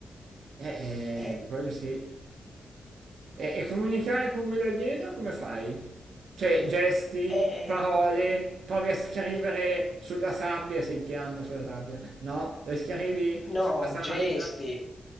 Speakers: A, on the right; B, on the left.
A: eh,
B: Eh,
A: quello sì. E, e comunicare con quello alieno come fai? Cioè, gesti,
B: eh, eh,
A: parole, provi a scrivere sulla sabbia se ti hanno sulla sabbia. No, le scrivi
B: No,
A: sulla sabbia.
B: gesti,